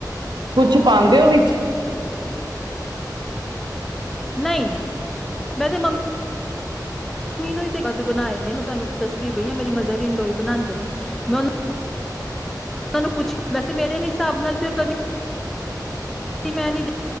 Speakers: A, on the right (about 85°); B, in the centre.
A: ਕੁਛ ਪਾਉਂਦੇ ਹੋ ਵਿੱਚ
B: ਨਹੀਂ ਨਹੀਂ ਮੈਂ ਤੇ ਮੰਮੀ ਮੈਨੂੰ ਕਦ ਬਣਾਏ ਨੇ ਮੈਂ ਤੁਹਾਨੂੰ ਦੱਦੀ ਬਈਏ ਮੇਰੀ ਮਦਰ ਇਨਲੋਈ ਬਣਾਉਂਦੇ ਨੇ <unintelligible> ਉਹ ਨੂੰ ਪੁੱਛ ਕੇ ਵੈਸੇ ਮੇਰੇ ਹ ਹਿਸਾਬ ਨਾਲ ਤੇ ਕਦੀ ਮੈਂ ਨ